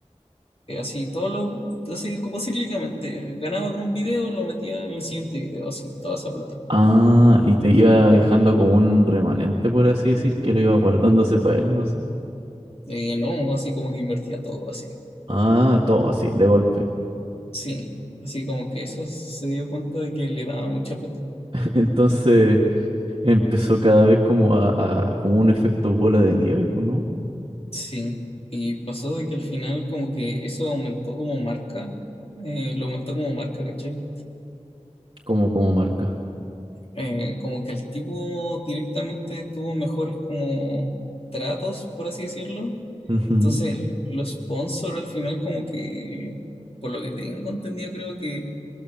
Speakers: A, on the left; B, on the right.
A: Eh, así, todos los, así como cíclicamente. Ganaba con un video, lo metía en el siguiente video, así, toda esa plata.
B: Ah, y te iba
A: Eh,
B: dejando como un remanente, por así decir, que lo iba guardándose para él, no sé.
A: eh, no, así como que invertía todo así.
B: Ah, todo así, de golpe.
A: Sí, así como que eso se dio cuenta de que le daba mucha plata.
B: <laughs> Entonces empezó cada vez como a, a- como un efecto bola de nieve, pues, ¿no?
A: Sí, y pasó de que al final como que eso aumentó como marca, eh, lo aumentó como marca, ¿cachai?
B: Como, como marca.
A: Eh, como que el tipo directamente tuvo mejores como tratos, por así decirlo.
B: Ujú.
A: Entonces el- los sponsors al final como que, por lo que tengo entendido, creo que